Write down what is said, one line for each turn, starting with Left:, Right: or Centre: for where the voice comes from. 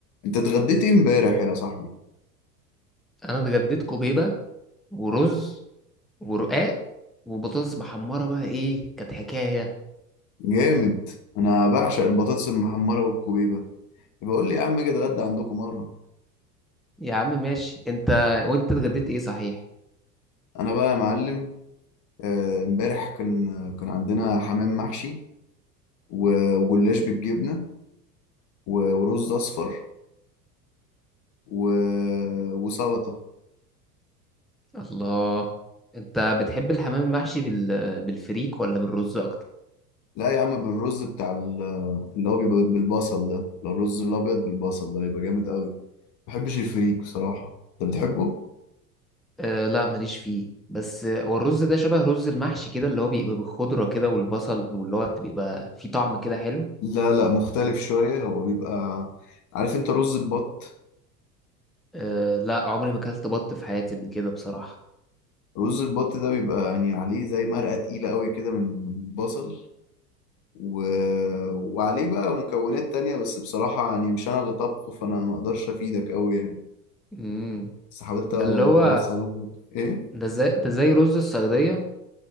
Left: انت اتغديت ايه امبارح يا صاحبي
Centre: انا اتغديت كوبيبه ورز ورقاق وبطاطس محمره بقى ايه كانت حكايه
Left: جامد انا بعشق البطاطس المحمره والكوبيبه يبقى قول لي يا عم اجي اتغدى عندكم مره
Centre: يا عم ماشي انت وانت اتغديت ايه صحيح
Left: انا بقى يا معلم آه، امبارح كان كان عندنا حمام محشي و- وجلاش بالجبنه و- ورز اصفر و- وسلطه
Centre: الله انت بتحب الحمام المحشي بال... بالفريك ولا بالرز اكتر
Left: لا يا عم بالرز بتاع ال- اللي هو بيبقى بالبصل ده اللي هو الرز الابيض بالبصل ده بيبقى جامد قوي ما بحبش الفريك بصراحه انت بتحبه
Centre: أه لا ماليش فيه بس آه، هو الرز ده شبه رز المحشي كده اللي هو بيبقى بالخضره كده والبصل واللي هو بيبقى فيه طعم كده حلو
Left: لا لا مختلف شويه هو بيبقى عارف انت رز البط
Centre: أه لا عمري ما اكلت بط في حياتي قبل كده بصراحه
Left: رز البط ده بيبقى يعني عليه زي مرقة تقيلة قوي كده من من البصل و... وعليه بقى مكونات تانية بس بصراحة يعني مش أنا اللي طبخه فأنا ما أقدرش أفيدك قوي يعني
Centre: امم
Left: بس حاولت
Centre: ده اللي هو
Left: أوصله لك إيه؟
Centre: ده زي ده زي رز الصياديه